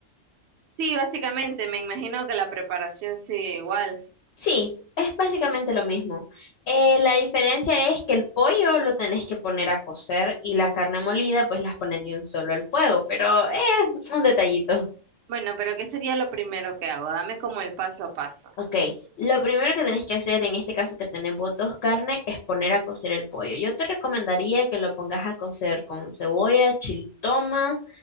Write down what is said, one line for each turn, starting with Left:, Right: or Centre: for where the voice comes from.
Right: Sí, básicamente, me imagino que la preparación sigue igual.
Left: Sí, es básicamente lo mismo. Eh, la diferencia es que el pollo lo tenés que poner a cocer y la carne molida pues las pones de un solo al fuego, pero es un detallito.
Right: Bueno, pero ¿qué sería lo primero que hago? Dame como el paso a paso.
Left: Ok, lo primero que tenés que hacer en este caso que tenemos dos carnes es poner a cocer el pollo. Yo te recomendaría que lo pongas a cocer con cebolla, chiltoma,